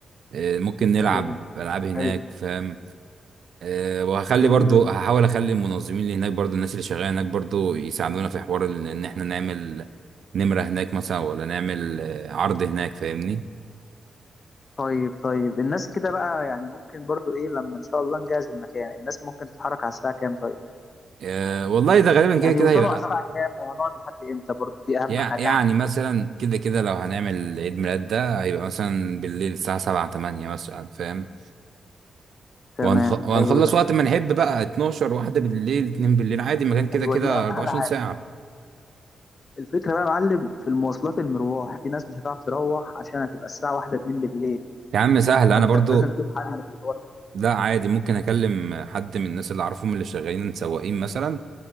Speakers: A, on the right (about 65°); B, on the left (about 35°).
A: آه، ممكن نلعب
B: حلوة دي
A: العاب هناك
B: حلو
A: فاهم آه، وهخلي
B: جميلة
A: برضو
B: دي
A: هحاول اخلي المنظمين اللي هناك برضو الناس اللي شغاله هناك برضو يساعدونا في حوار ال- ان احنا نعمل نمره هناك مثلا ولا نعمل آه، عرض هناك فاهمني
B: طيب طيب الناس كده بقى يعني ممكن برضو ايه لما ان شاء الله نجهز المكان الناس ممكن تتحرك على الساعة كام طيب
A: أه والله ده غالبا
B: يعني
A: كده كده
B: يوصلوا
A: هيبقى
B: على الساعة كام وهنقعد لحد امتى برضو دي اهم
A: يع-
B: حاجة
A: يعني
B: عندي
A: مثلا كده كده لو هنعمل عيد ميلاد ده هيبقى مثلا بالليل الساعه 7 8 مثلا فاهم
B: تمام
A: وهنخ... وهنخلص
B: حلو ده
A: وقت ما نحب بقى 12 واحدة بالليل 2 بالليل عادي المكان كده
B: ايوه
A: كده
B: دي احلى
A: 24
B: حاجة
A: ساعة
B: الفكرة بقى يا معلم في المواصلات المرواح في ناس مش هتعرف تروح عشان هتبقى الساعة واحدة اتنين بالليل
A: يا عم سهل انا
B: فانت
A: برضو
B: لازم تشوف حل في الحوار ده
A: لا عادي ممكن اكلم حد من الناس اللي اعرفهم اللي شغالين سواقين مثلا